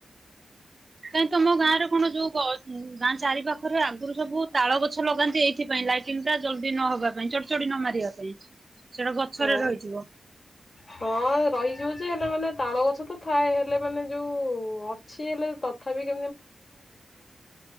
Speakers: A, on the right; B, on the left.
A: କାହିଁ ତ ମ ଗାଁ ରେ କଣ ଯୋଉ ଗାଁ ଚାରି ପାଖରେ ଆଗରୁ ସବୁ ତାଳ ଗଛ ଲଗାନ୍ତି ଏଇଥିପାଇ ଲାଇଟିଙ୍ଗ ଟା ଜଲଦି ନହବା ପାଇଁ ଚଡଚଡି ନ ମାରିବା ପାଇଁ। ସେଟା ଗଛରେ
B: ହଁ
A: ରହିଯିବ।
B: ଅ ହଁ ରହିଯିବ । ଯେ ହେଲେ ମାନେ ତାଳ ଗଛ ତ ଥାଏ ହେଲେ ମାନେ ଯୋଉ ଅଛି ହେଲେ ତଥାପି